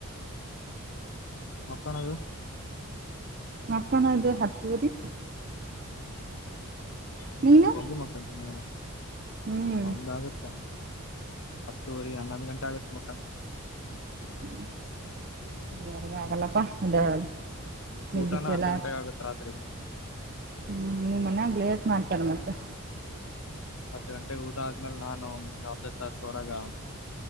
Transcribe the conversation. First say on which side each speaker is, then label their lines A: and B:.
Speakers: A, on the left (about 60°); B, on the right (about 40°).
A: ಮಕ್ಕೊಳದು
B: ಮಕ್ಕೊಳದು ಹತ್ತುವರಿ
A: ಹ್ಮ
B: ನೀನು
A: ಜಲ್ದಿ ಮಲ್ಕೊತೀನಿ
B: ಹ್ಮ್
A: ಒಂದಾಗುತ್ತ <unintelligible> ಹತ್ತುವರಿ ಹನ್ನೊಂದು ಗಂಟೆ ಆಗುತ್ತೆ ಮುಖಂಡ
B: ಹ್ಮ ಇಲ್ಲಿವರೆಗ ಆಗಲ್ಲಪ್ಪಾ ಇದ್ದ ಹೇಳದು <unintelligible> ನಿದ್ದಕ್ಕೆ
A: ಊಟನ ಹತ್ತು
B: ಎಲ್ಲ
A: ಗಂಟೆಗೆ
B: ಹಾ
A: ಆಗತ್ ರಾತ್ರಿ
B: ಹ್ಮ ನಿಮ್ ಮನ್ಯಾಗ ಲೇಟ್ ಮಾಡ್ತಾರೆ ಮತ್ತೆ
A: ಹತ್ತು ಗಂಟೆ ಊಟ ಆದ್ಮೇಲೆ ನಾನು ಅರ್ಧ ತಾಸ ಹೊರಾಗ